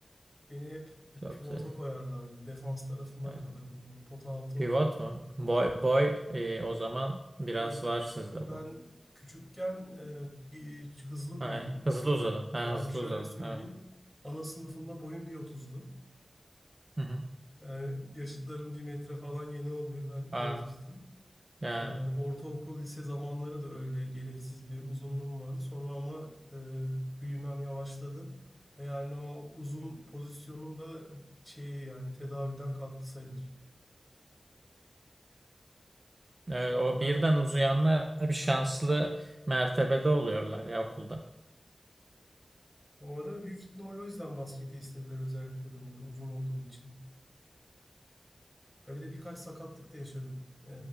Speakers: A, in the centre; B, on the right (about 45°).
A: beni hep
B: Çok
A: pivota
B: zayıf.
A: koyarlardı. Defans tarafında
B: Evet.
A: kalırdım. O Pota altı
B: Pivot
A: olur.
B: mu? Boy boy e, o zaman biraz
A: Gö-
B: var sizde
A: Ben
B: bu.
A: küçükken e, e, hızlı
B: Ha,
A: büyüdüm.
B: hızlı uzadın. Ha
A: Yani
B: hızlı
A: şöyle
B: uzadın.
A: söyleyeyim.
B: Evet.
A: Ana sınıfında boyum bir otuzdu.
B: Hı hı.
A: Yani yaşıtlarım bir metre falan yeni oluyor. Ben
B: Ha,
A: bir otuzdum.
B: ya,
A: Ee, ortaokul, lise zamanları da öyle gereksiz bir uzunluğum vardı. Sonra ama e, büyümem yavaşladı. E, Yani o uzun pozisyonum da şey yani tedavülden kalktı sayılır.
B: evet,
A: Şu
B: o
A: an yani
B: birden
A: NBA'de
B: uzayanlar
A: bile uzun
B: bir şanslı
A: yok.
B: mertebede oluyorlar ya okulda.
A: O ara büyük ihtimal o yüzden baskete istediler özellikle beni bir uzun olduğum için. Ya bir de birkaç sakatlık da yaşadım e,